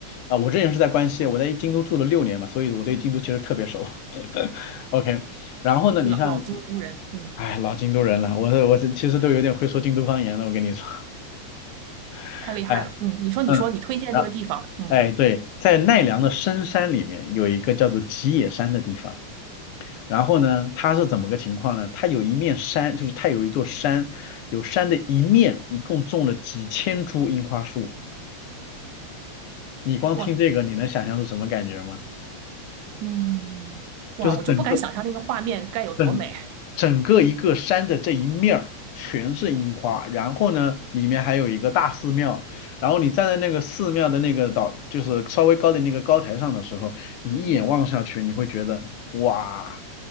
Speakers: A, on the left (about 70°); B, on the right (about 85°).
A: 啊、我之前是在关西，我在京都住了六年嘛，所以我对京都其实特别熟。<laughs> OK，然后呢，
B: <laughs> 老老京都人，
A: 你像，
B: 嗯，
A: 哎，老京都人了，我我其实都有点会说京都方言了，我跟你说，<laughs>
B: 太厉害了，
A: 哎，
B: 嗯，你说你说你推荐那个地方，
A: 嗯，然后
B: 嗯，
A: 哎，对，在奈良的深山里面有一个叫做吉野山的地方。然后呢，它是怎么个情况呢？它有一面山，就是它有一座山，有山的一面一共种了几千株樱花树。你光听这个，
B: 哇，
A: 你能想象是什么感觉吗？
B: 嗯，哇，
A: 就是整个
B: 我就不敢想象那个画面该有多美，
A: 整整个一个山的这一面儿全是樱花，然后呢，里面还有一个大寺庙，然后你站在那个寺庙的那个岛，就是稍微高的那个高台上的时候，
B: <laughs>
A: 你一眼望下去，
B: 嗯，
A: 你会觉得哇，